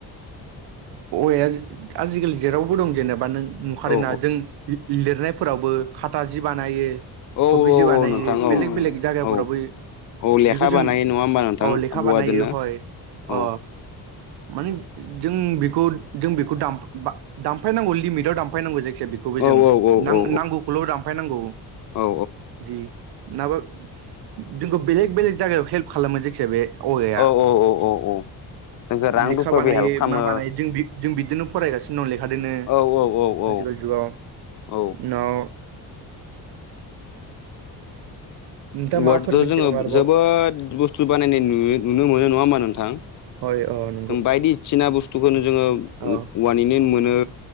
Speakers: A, on the right; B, on the left.
A: औवाया आजिखालि जेरावबो दं जेनेबा नों नुखादोना
B: औ
A: जों लिरनायफोरावबो खाथा जि बानायो
B: औ
A: कबि जि बानायो
B: औ नोंथां औ
A: बेलेग बेलेग जायगाफोरावबो
B: औ औ लेखा
A: बेखौ जों
B: बानायो नङा होमबा नोंथां
A: अ लेखा
B: औवादोनो
A: बानायो हय
B: औ
A: अ माने जों बेखौ जों बेखौ दामफा दामफायनांगौ लिमिटआव दामफा दामफैनांगौ जायखिजाया बेखौबो
B: औ
A: जों
B: औ
A: नां
B: औ
A: नांगौखौल' दानफायनांगौ।
B: औ
A: जि नाबा जोंखौ बेलेग बेलेग जायगायाव हेल्प खालामो जायखिजाया बे औवाया
B: औ औ औ औ जोंखौ रां
A: लेखा
B: रुफाबो
A: बानायो
B: हेल्प खालामो
A: मा बानायो जों जों बिदिनो फरायगासिनो दं लेख जोंनो
B: औ औ औ
A: आजिखालि
B: औ
A: जुगाव उनाव
B: औ
A: नोंथाङा
B: औवादोथ'
A: माबाफोर मिथिगौ
B: जोंङो
A: आरोबाव
B: जोबोद बुस्थु बानायनाय नु नुनो मोनो नङा होमबा नोंथां
A: <unintelligible>
B: जों बायदिसिना बुस्थुखौनो जोङो
A: अ
B: उवानिनो मोनो